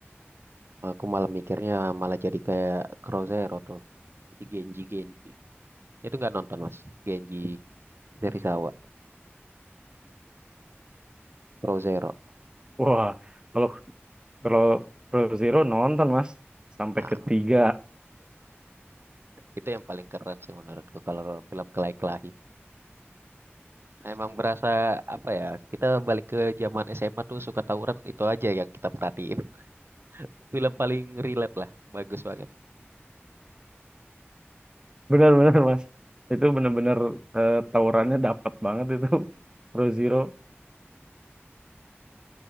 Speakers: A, on the right; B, on the right.
A: aku malah mikirnya malah jadi kayak Crozero tuh di Genji Genji. Itu nggak nonton mas, Genji Serizawa, Crozero.
B: Wah, kalau kalau Pro Zero nonton, Mas, sampai
A: Nah,
B: ketiga.
A: itu yang paling keren sih menurutku kalau film kelahi-kelahi. Emang berasa apa ya? Kita balik ke zaman SMA tuh suka tawuran itu aja yang kita perhatiin. <laughs> Film paling relate lah, bagus banget.
B: benar-benar mas itu benar-benar eh, tawurannya dapat banget itu <laughs> Pro Zero